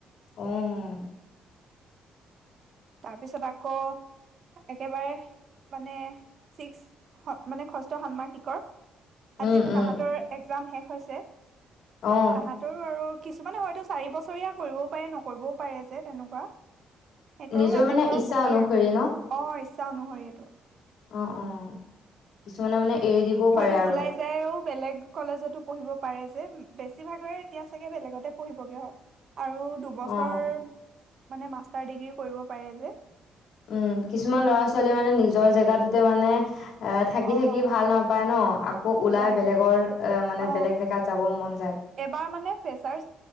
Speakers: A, on the left; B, on the right.
A: উম
B: তাৰপিছত আকৌ একেবাৰে মানে চিক্স মানে ষষ্ঠ ষান্মাসিকৰ
A: উম
B: আজিতো
A: উম
B: তাহতৰ এক্সজাম শেষ হৈছে
A: অ
B: তাহাঁতৰো আৰু কিছুমানে হয়তো চাৰি বছৰীয়া কৰিবও পাৰে নকৰিবও পাৰে যে তেনেকুৱা সিহঁতৰো
A: নিজৰ
B: আজি
A: মানে
B: পুৰা
A: ইচ্ছা
B: ফূৰ্তি
A: অনুসৰি
B: আৰু
A: ন
B: অ ইচ্ছা অনুসৰি এইটো।
A: অ', অ', কিছুমানে মানে এৰি দিবও
B: হয়তটো
A: পাৰে আৰু
B: ওলাই যায়ও বেলেগ কলেজতো পঢ়িব। পাৰে যে বেছি ভাগৰে এতিয়া চাগে বেলেগতে পঢ়িবগে হয়। আৰু দুবছৰ
A: অ
B: মান মাষ্টাৰ ডিগ্ৰী কৰিব পাৰি যে
A: উম, কিছুমান ল'ৰা ছোৱালীয়ে মানে নিজৰ জেগাটোতে মানে এ থাকি
B: অ
A: থাকি
B: হয়
A: ভাল নাপায় ন' আকৌ ওলাই
B: হয়
A: বেলেগৰ এ মানে
B: অ
A: বেলেগ জেগাত যাব মন যায়।
B: এবাৰ মানে ফেচাৰ